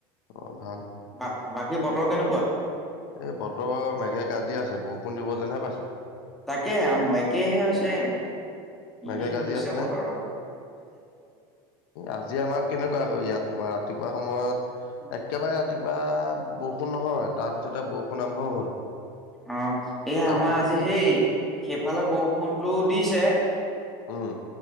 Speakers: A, on the left (about 75°); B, in the centre.
A: অ ভাল
B: বা বাকী বতৰ কেনেকুৱা?
A: এই বতৰ মেঘে গাজি আছে বৰষুণ দিব যেনহে পাইছো।
B: তাকে আম একেহে হৈছে কি
A: মেঘে গাজি
B: হৈছে
A: আছে
B: বতৰটোত
A: নে আজি আমাৰ কেনেকুৱা আকৌ ইয়াত তোমাৰ ৰা ৰাতিপুৱা সময়ত
B: পুৰা
A: একেবাৰে ৰাতিপুৱা
B: অ
A: বৰষুণ নহয় তাৰপিছতে বৰষুণ আৰম্ভ হ'ল।
B: অ' এই
A: তাৰপিছতে
B: আমাৰ আজি সেই সেইফালে বৰষুণটো দিছে।
A: উম